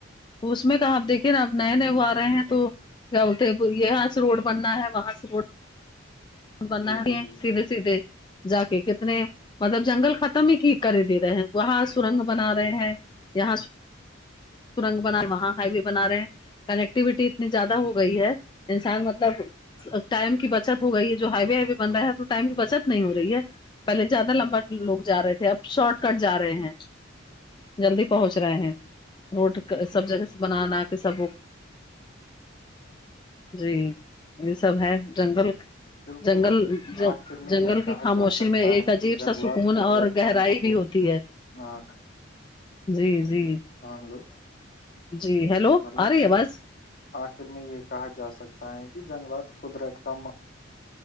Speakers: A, on the left; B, on the left.
A: اس میں کہ آ دیکھیے نا اب نئے نئے وہ آ رہے ہیں تو تے پ یہاں سے روڈ بننا ہے وہاں سے روڈ بنا
B: بالکل
A: ہیں
B: بالکل
A: سیدھے سیدھے جا کے کتنے مطلب جنگل ختم ہی کی کر دے رہے ہیں وہاں سرنگ بنا رہے ہیں یہاں سورنگ بنا رہ وہاں ہائی و بنا رہے ہیں کنیکٹیویٹی اتنی زیادہ ہو گئی ہے انسان مطلب ٹائم کی بچت ہو گئی ہے جو ہائی وے ہائی وے بن رہ ہے تو ٹائم کی بچت نہیں ہو رہی ہے پہلے زیادہ لمبا لوگ جا رہے تھے اب شارٹ کٹ جا رہے ہیں جلدی پہنچ رہے ہیں روڈ سب جگہ سے بنانا یہ سب وہ جی یہ سب ہے جنگل
B: بالکل
A: جنگل
B: آخر میں
A: جنگل
B: یہ کہا
A: کی خاموشی
B: جاسکتا
A: میں ایک
B: ہے
A: عجیب
B: کہ جنگلات
A: سا سکون
B: قدرت
A: اور گہرائی
B: کا ماحول
A: بھی ہوتی ہے
B: آکھ
A: جی جی
B: ہلو
A: جی ہیلو
B: مطلب
A: آ رہی آواز
B: آخر میں یہ کہا جا سکتا ہے کہ جنگلات قدرت کا